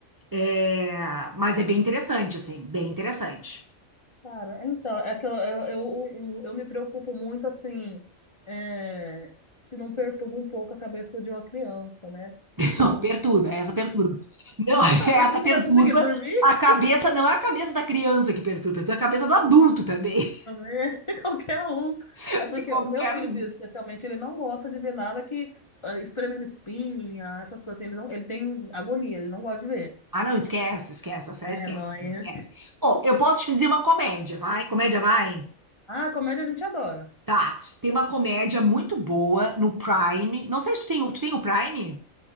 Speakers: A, on the right; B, on the left.
A: É, mas é bem interessante, assim, bem interessante.
B: Cara, então, é que eu, eu, eu, eu, eu me preocupo muito, assim, é, se não perturba um pouco a cabeça de uma criança, né? Eu,
A: Não, perturba, é essa perturba. Não,
B: <laughs>
A: <laughs> essa
B: será que o menino
A: perturba
B: vai conseguir dormir?
A: a cabeça, não é a cabeça da criança que perturba, é a cabeça do adulto também,
B: Também, <laughs> qualquer um.
A: <laughs>
B: É porque
A: de qualquer
B: o meu filho,
A: um.
B: especialmente, ele não gosta de ver nada que ah, espremendo espinha, essas coisas assim. Ele não, ele tem agonia, ele não gosta de ver.
A: Ah, não, esquece, esquece, essa
B: É,
A: aí esquece,
B: mãe.
A: aquilo, esquece. Bom, eu posso te dizer uma comédia, vai? Comédia vai?
B: Ah, comédia a gente adora.
A: Tá. Tem uma comédia muito boa no Prime. Não sei se tu tem, o- tu tem o Prime?